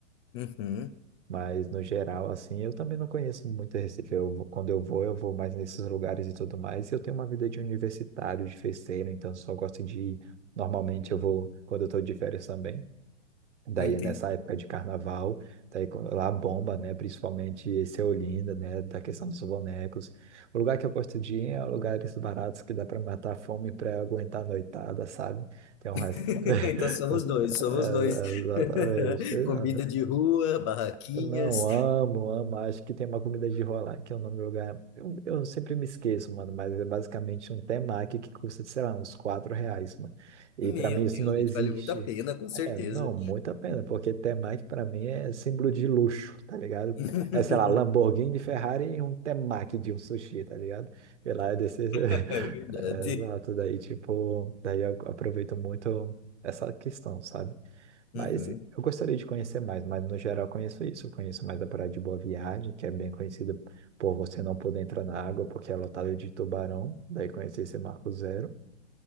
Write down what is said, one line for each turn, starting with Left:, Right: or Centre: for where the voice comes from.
Left: Uhum,
Right: Mas, no geral, assim, eu também não conheço muito Recife. Eu, vou- quando eu vou, eu vou mais nesses lugares e tudo mais. E eu tenho uma vida de universitário, de festeiro, então só gosto de ir. Normalmente eu vou quando eu tô de férias também. Daí
Left: entendi.
Right: nessa época de carnaval, daí com- lá bomba, né? Principalmente esse é Olinda, né? Da questão dos bonecos. O lugar que eu gosto de ir é lugares baratos que dá para matar a fome para aguentar a noitada, sabe? Tem um resto.
Left: <laughs>
Right: <laughs>
Left: Então somos dois, somos dois.
Right: Exatamente.
Left: <laughs> Comida de rua, barraquinhas.
Right: Eu Não, amo, amo. Acho que tem uma comida de rua lá, que é o nome do lugar. Eu, eu sempre me esqueço, mano, mas é basicamente um temaki que custa, sei lá, uns 4 reais, mano. E
Left: Meu
Right: pra mim isso
Left: Deus,
Right: não
Left: gente,
Right: existe.
Left: vale muito a pena, com certeza.
Right: É, não, muito a pena, porque temaki pra mim é símbolo de luxo, tá ligado?
Left: <laughs>
Right: É, sei lá, Lamborghini, Ferrari e um temaki de um sushi, tá ligado? E lá é desse... <laughs> é,
Left: É verdade.
Right: exato, daí tipo, daí eu aproveito muito essa questão, sabe? Mas
Left: Uhum.
Right: eu gostaria de conhecer mais, mas no geral eu conheço isso. Eu conheço mais da Praia de Boa Viagem, que é bem conhecida por você não poder entrar na água porque é lotada de tubarão. Daí conheci esse Marco Zero.